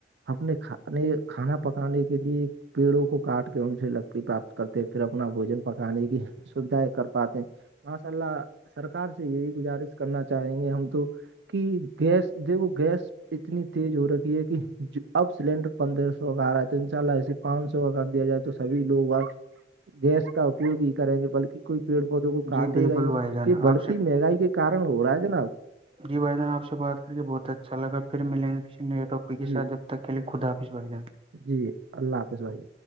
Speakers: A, on the right; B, on the right.
A: اپنے کھے کھانا پکانے کے لیے پیڑوں کو کاٹ کے ان سے لکڑی پراپت کرتے پھر اپنا بوجن پکانے کی سوھائیں کر پاتے ہیں ماشاء اللہ سرکار سے یہی گزارش کرنا چاہیں گے ہم تو کہ گیس د وہ گیس اتنی تیز ہو رکی ہے کہ اب سلینڈر پندرہ سو کا آ رہا ہے تو ان شاء اللہ ایے پانچ سو کا کر دیا جائے تو سھی لوگ ب گیس کا اپیوگ ہی کریں گے بلکہ کوئی پیڑ پودوں کو کاٹے
B: جی بالکل
A: گا ہی نہیں
B: بھائی جان
A: یہ
B: آپ
A: بڑھتی
B: سے
A: مہنگائی کے کارن ہو رہا ہے جناب
B: جی بائی جان آ سے بات کر کے بہت اچھا لا پھر ملیں گے کسی نیٹپی کے
A: جی
B: سات جب ت کےے خافظ بھ جان
A: جی اللہ حافظ بھائی